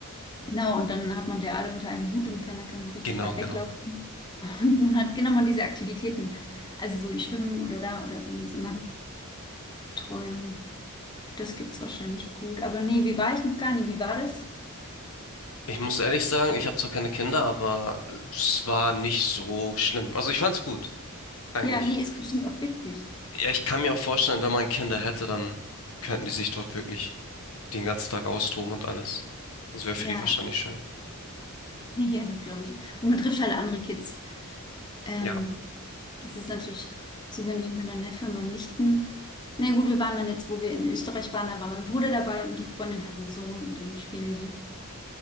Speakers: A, on the left; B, on the left.
A: genau. Und dann hat man der alle unter einem Hut und keiner kann so richtig
B: Genau,
A: weit
B: genau.
A: weglaufen. Und man hat genau mal diese Aktivitäten. Also so ich schwimmen oder da oder irgendwie so Nachmittagsbetreuung. Das gibt's wahrscheinlich gut. Aber nee, wie war ich noch gar nie? Wie war das?
B: Ich muss ehrlich sagen, ich habe zwar keine Kinder, aber es war nicht so schlimm. Also ich fand's gut, eigentlich.
A: Ja, nee, ist bestimmt auch witzig.
B: Ja, ich kann mir auch vorstellen, wenn man Kinder hätte, dann könnten die sich dort wirklich den ganzen Tag austoben und alles. Das wäre für
A: Ja,
B: die wahrscheinlich schön.
A: <laughs> ja, das glaube ich. Und man trifft halt andere Kids. Ähm,
B: Ja,
A: das ist natürlich so, wenn ich mit meiner Neffe, meinem Nichten. Na nee, gut, wir waren dann jetzt, wo wir in Österreich waren, da war mein Bruder dabei und die Freundin hat einen Sohn und dann spielen die.